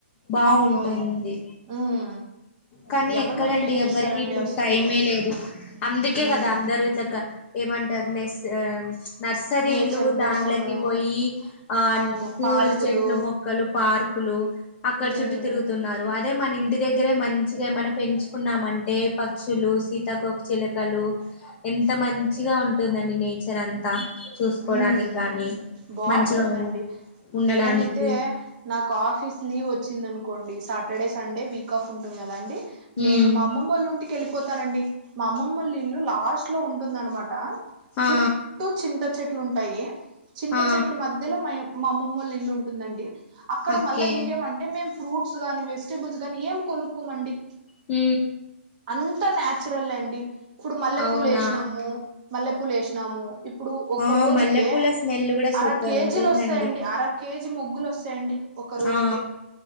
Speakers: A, on the left; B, on the right.
A: బావుంటుంది.
B: అవునవును ఉమ్
A: కానీ
B: ఎవరు
A: ఎక్కడండి
B: మెయింటైన్ చేస్తారండి
A: ఎవ్వరికి ఇప్పుడు
B: అసలు
A: టైమే లేదు అందుకే
B: ఉమ్
A: కదా అందరు ఎరువు తగ్గా ఏమంటారు నెస్సు ఆ నర్సరీలూ
B: నేచర్ కోసము
A: దాన్లకి పొయ్యి ఆన్
B: అవును
A: పూలు
B: పార్కులు
A: చెట్లు మొక్కలు పార్కులూ అక్కడ
B: ఉమ్
A: చుట్టూ తిరుగుతున్నారు వాట్ దే మన ఇంటి దగ్గరే మంచిగా ఏమన్న పెంచుకున్నామంటే పక్షులూ సీతాకోకచిలక కలూ ఎంత మంచిగా ఉంటుందండి నేచర్ అంతా చూసుకోడానికి
B: ఉమ్
A: కానీ
B: బాగుంటుందండి
A: మంచిగా ఉండడానికీ
B: నేనైతే నాకు ఆఫీస్ లీవ్ వచ్చిందనుకోండి సాటర్డే సండే వీక్ కఫ్ ఉంటుంది కదా అండి నేను
A: ఉమ్
B: మా అమ్మమ్మళ్ళుంటికి వెళ్ళిపోతానండి మా అమ్మమ్మోలిల్లు లాస్ట్ లో ఉంటుందనమాట
A: ఆ
B: చుట్టూ చింత చెట్టు ట్లు ఉంటాయి చింత
A: ఆ
B: చెట్లు మధ్యలో మాయవ్ మా అమ్మమ్మోలిల్లు ఉంటుందండీ అక్కడ
A: ఓకే
B: మళ్ళ ఇంకేమం టే మేము ఫ్రూట్స్ గానీ వెజిటేబుల్స్ గానీ ఏం కొనుక్కోమండి
A: ఉ
B: అంతా నాచురల్ అండీ ఇప్పుడు మల్లెపూలు
A: అవునా
B: ఏషినామూ మల్లెపూలు వేసినామూ ఇప్పుడు ఒక
A: ఆ
B: రోజుకే
A: మల్లెపూల స్మెల్ కూడా సూపర్
B: అర కేజీలు
A: ఉంటుందండి
B: వస్తాయండి అర కేజీ మొగ్గులు వస్తాయండి ఒక రోజుకే
A: ఆ